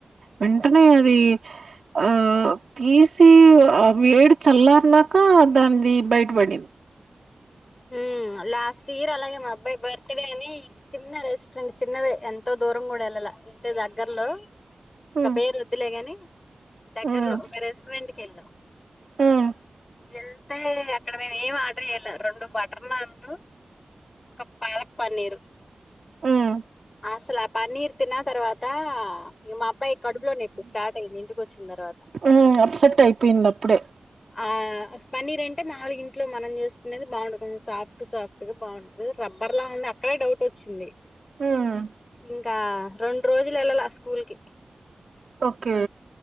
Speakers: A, on the right; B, on the left.
A: వెంటనే అది ఆ తీసి ఆ వేడి చల్లార్న్నాకా దాంది బయటబడింద్
B: హూ లాస్టీయర్ అలాగే మా అబ్బాయ్ బర్త్ డే అనీ చిన్న రెస్ట్రెంట్ చిన్నదే ఎంతో దూరం గుడ ఎళ్ళల ఇంటి దగ్గర్లో ఇంక
A: హ్మ్
B: పేరొద్దులే గాని దగ్గర్లో
A: హ్మ్
B: ఒక రెస్టారెంట్కి ఎళ్ళాం
A: హ్మ్
B: ఎళ్తే అక్కడ మేమేమి ఆడ్డర్ జేయ్ల రెండు బటర్ నాండ్లు ఒక పాలక్ పన్నీరు
A: ఉఆ
B: అస్సల్ ఆ పన్నీర్ తిన్నా తర్వాత ఇగ మా అబ్బాయ్ కడుపులో నెప్పి స్టార్టయ్యింది ఇంటికొచ్చిన్ తర్వాత
A: హ్మ్ అప్సెట్ అయిపోయింది అప్పుడే
B: ఆ పన్నీరంటే నాల్గ్ ఇంట్లో మనం జేస్కునేది బా <unintelligible> కొన్ సాఫ్టు సాఫ్టు గా బావుంట ఏదో రబ్బర్ లా ఉంది అక్కడే డౌటొచ్చింది
A: హ్మ్
B: ఇంకా రెండ్రోజులు ఎళ్ళల స్కూల్ కి
A: ఓకే